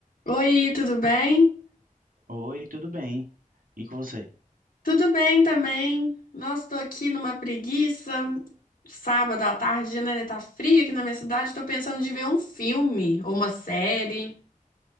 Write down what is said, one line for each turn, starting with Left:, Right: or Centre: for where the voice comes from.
Left: Oi, tudo bem?
Right: Oi, tudo bem? E com você?
Left: Tudo bem também. Nossa, tô aqui numa preguiça. Sábado à tarde, né? Tá frio aqui na minha cidade. Tô pensando de ver um filme ou uma série.